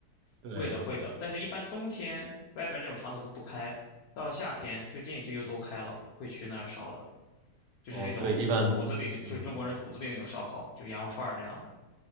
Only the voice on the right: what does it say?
对，
哦，对，一般。
嗯，